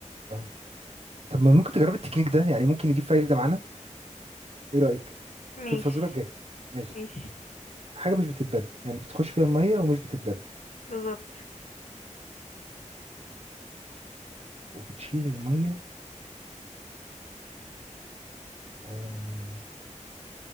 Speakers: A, on the right; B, on the left.
A: آه. طب ما ممكن تجرب التكنيك ده يعني ممكن يجيب فايدة معانا ايه رأيك
B: مش
A: في الفازورة الجاية ماشي
B: مش
A: حاجة مش بتتبل يعني بتخش فيها المية ومش بتتبل
B: بالظبط
A: وبتشيل المية آه،